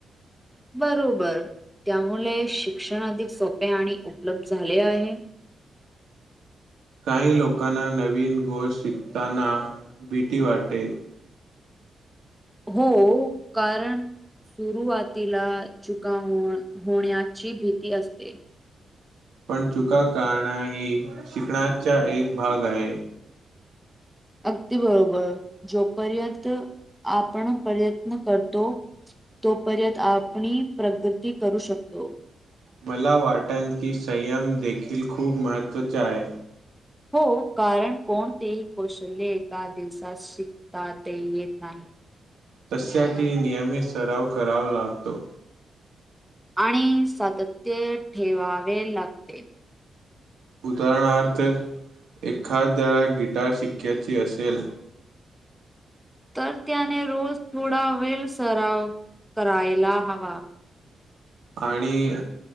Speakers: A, in the centre; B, on the right.
A: बरोबर.. त्यामुळे शिक्षण अधिक सोपे आणि उपलब्ध झाले आहे.
B: काही लोकांना नवीन गोष्ट शिकताना भीती वाटे.
A: हो.. कारण सुरुवातीला चुका होण्याची भीती असते.
B: पण चुका काणा ही शिकण्याचा एक भाग आहे.
A: अगदी बरोबर.. जोपर्यंत आपण प्रयत्न करतो. तोपर्यंत आपनी प्रगती करू शकतो.
B: मला वाटल की संयम देखील खूप महत्त्वचा आहे.
A: हो.. कारण कोणतेही कौशल्य एका दिवसात शिकतात येत नाही.
B: तशासाठी नियमित सराव करावा लागतो.
A: आणि सातत्य ठेवावे लागते.
B: उदाहरणार्थ.. एखाद्या गिटार शिकाची असेल?
A: तर त्याने रोज थोडा वेळ सराव करायला हवा.
B: आणि